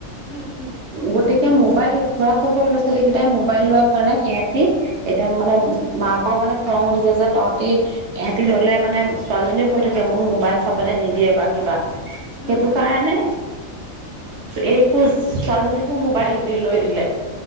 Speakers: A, on the left (about 20°); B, on the right (about 65°).
A: উম উম
B: গতিক। এ মোবাইল খ-খৰ ল'ৰা ছোৱালী‌ কেইটাই। মোবাইল লোৱা কাৰণে সিহঁতি এতিয়া মানে মাকৰ মানে খং উঠিছে যে তহঁতি সহঁতি ললে মানে ছোৱালীজনীও কৈ থাকে মোক মোবাইল চাবলৈ নিদিয়ে বা কিবা।
A: উম
B: সেইটো
A: উম
B: কাৰণে। এক একো ছোৱালজনী কো মোবাইল দি লৈ দিলে।